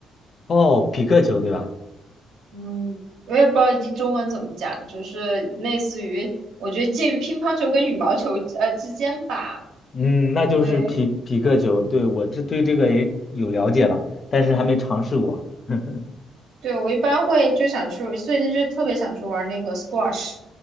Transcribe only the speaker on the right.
嗯，我也不知道一中文怎么讲，就是类似于。我觉得介于乒乓球跟羽毛球呃之间吧，
对
对，我一般会就想去，最近就特别想去玩那个 squash